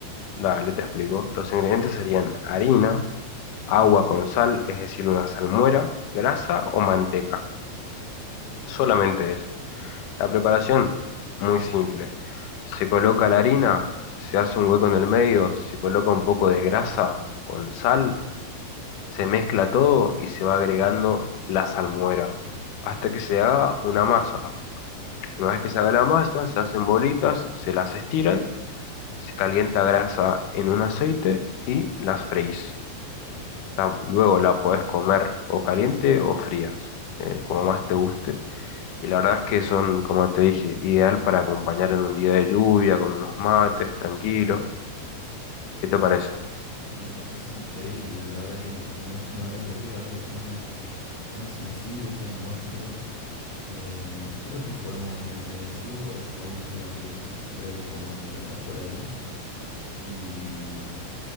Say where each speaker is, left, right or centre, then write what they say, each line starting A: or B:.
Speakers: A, on the left; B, on the left.
A: dale, te explico. Los ingredientes serían harina, agua con sal, es decir, una salmuera, grasa o manteca. Solamente eso. La preparación, muy simple. Se coloca la harina, se hace un hueco en el medio, se coloca un poco de grasa con sal, se mezcla todo y se va agregando la salmuera hasta que se haga una masa. Una vez que se haga la masa, se hacen bolitas, se las estiran, se calienta grasa en un aceite y las freís. La- luego
B: Ah,
A: la podés comer o caliente o frías, eh, como más te guste. Y la verdad es que son, como te dije, ideal para acompañar en un día de lluvia, con unos mates, tranquilo. ¿Qué te parece?
B: me parece increíble. La verdad que, que no se me había ocurrido algo tan, tan sencillo y tan nuestro. que creo que podemos, me, me decido por esta última que dijiste, creo que podemos empezar por ahí y,